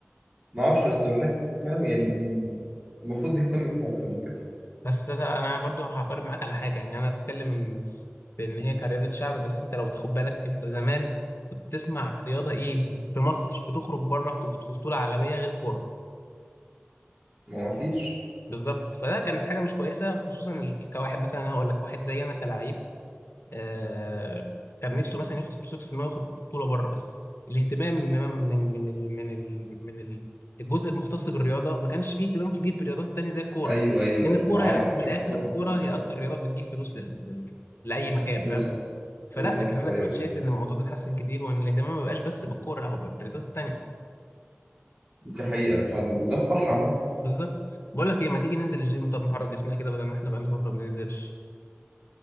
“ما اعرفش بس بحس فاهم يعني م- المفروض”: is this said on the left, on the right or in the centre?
Right